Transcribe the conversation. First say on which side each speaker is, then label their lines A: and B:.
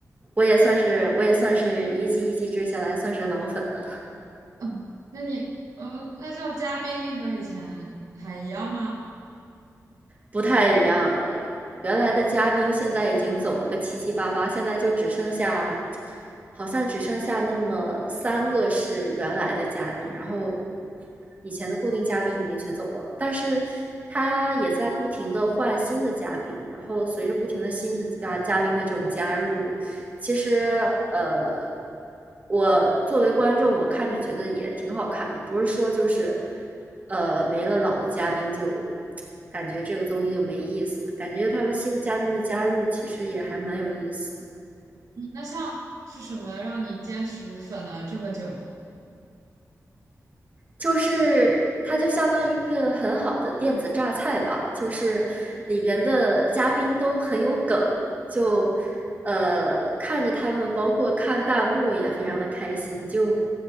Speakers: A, on the right; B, on the right.
A: 我也算是我也算是一季一季追下来，算是老粉了。
B: 嗯，那你，呃，那像嘉宾和以前还一样吗？
A: 不太一样了。原来的嘉宾现在已经走了个七七八八，现在就只剩下，好像只剩下那么三个是原来的嘉宾，然后以前的固定嘉宾已经全走光了。但是他也在不停的换新的嘉宾，然后随着不停的新的嘉嘉宾的这种加入，其实呃，我作为观众，我看着觉得也挺好看的，不是说就是呃没了老的嘉宾就感觉这个综艺就没意思了，感觉他们新的嘉宾的加入其实也还蛮有意思的。
B: 嗯，那像是什么让你坚持粉了这么久？
A: 就是它就相当于一个很好的电子榨菜吧，就是里边的嘉宾都很有梗，就呃看着他们，包括看弹幕也非常的开心，就